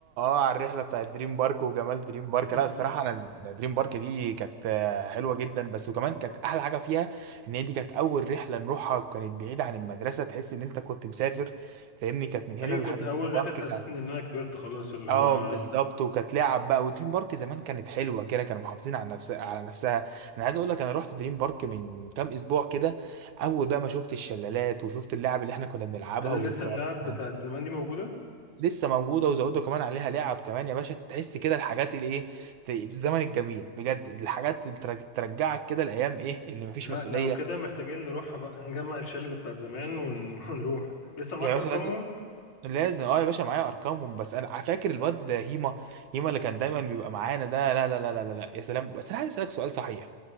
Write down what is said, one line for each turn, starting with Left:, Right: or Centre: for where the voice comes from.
Right: اه على الرحله بتاعت دريم بارك وجمال دريم بارك
Left: <laughs>
Right: لا الصراحه انا ال- دريم بارك دي كانت آه، حلوه جدا بس وكمان كانت احلى حاجه فيها ان هي دي كانت اول رحله نروحها وكانت بعيده عن المدرسه تحس ان انت كنت مسافر فاهمني كانت من هنا
Left: ايوه
Right: لحد
Left: كانت اول
Right: دريم بارك
Left: رحله تحسسني
Right: ساعه
Left: ان انا كبرت خلاص اللي
Right: اه
Left: هو
Right: بالظبط وكانت لعب بقى ودريم بارك زمان كانت حلوه كده كانوا محافظين على نفسها على نفسها انا عايز اقول لك انا رحت دريم بارك من كام اسبوع كده اول بقى ما شفت الشلالات وشفت اللعب اللي احنا كنا بنلعبها
Left: انا
Right: وذكرياتنا
Left: لسه اللعب بتاعت زمان دي موجوده
Right: لسه موجوده وزودوا كمان عليها لعب كمان يا باشا تحس كده الحاجات اللي ايه ت- في الزمن الجميل بجد الحاجات اللي ترج- ترجعك كده الايام ايه اللي مفيش
Left: لا
Right: مسؤوليه
Left: لو كده محتاجين نروح بقى نجمع الشله بتاعت زمان ون... <laughs> ونروح لسه معاك
Right: يا باشا
Left: ارقامهم
Right: لازم لازم- اه يا باشا معايا ارقامهم بس انا فاكر الواد ده هيما هيما اللي كان دايما بيبقى معانا ده لا لا لا لا لا لا، يا سلام بس انا عايز اسالك سؤال صحيح